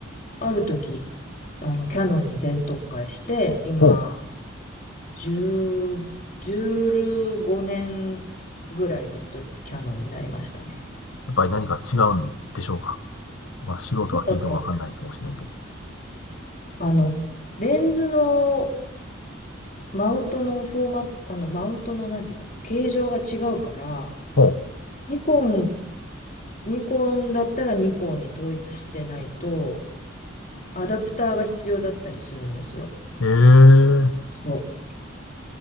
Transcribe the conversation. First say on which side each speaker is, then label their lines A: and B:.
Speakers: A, on the left (about 40°); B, on the left (about 85°).
A: ある時、あの、キヤノンに全特化して、今、
B: ほう。
A: 10、15年ぐらいずっとキヤノンになりましたね。
B: やっぱり何か違うんでしょうか。まあ素人は聞いてもわかんないかもしれんけど。
A: ちっとあの、レンズのマウントのフォーマット、あの、マウントのなんていうの、形状が違うから、
B: ほう。
A: ニコン、ニコンだったらニコンに統一してないと、アダプターが必要だったりするんですよ。
B: ええ、う
A: そう。